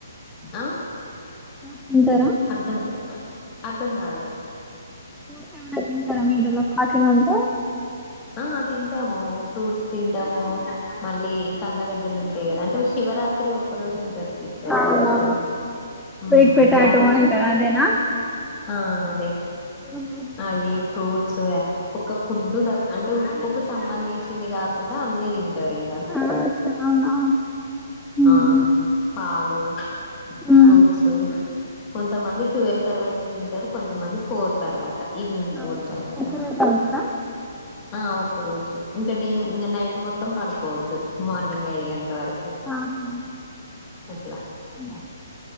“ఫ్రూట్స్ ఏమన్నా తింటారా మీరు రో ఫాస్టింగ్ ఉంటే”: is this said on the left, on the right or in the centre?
Centre